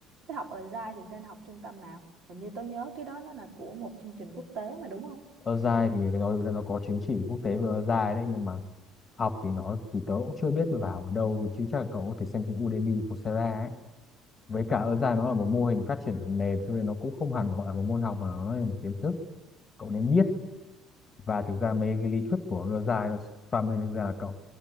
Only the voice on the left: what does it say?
Ozai thì phải nói thực ra nó có chứng chỉ quốc tế về Ozai đấy nhưng mà học thì nó thì tớ cũng chưa biết vào ở đâu chứ chắc là cậu có thể xem trên Udemy, Coursera ấy. Với cả Ozai nó là một mô hình phát triển phần mềm cho nên nó cũng không hẳn gọi là một môn học mà nó là một kiến thức cậu nên biết và thực ra mấy cái lý thuyết của Ozai là Scrum ấy, thực ra là cậu